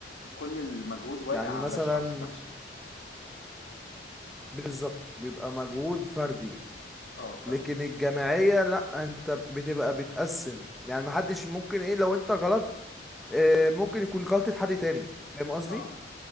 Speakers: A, on the left; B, in the centre.
A: كل المجهود واقع
B: يعني
A: على
B: مثلا
A: الشخص نفسه
B: بالظبط بيبقى مجهود فردي
A: اه فاهمك
B: لكن الجماعية لا انت بتبقى بتقسم يعني محدش ممكن ايه لو انت غلط آه، ممكن يكون غلطة حد تاني فاهم قصدي
A: اه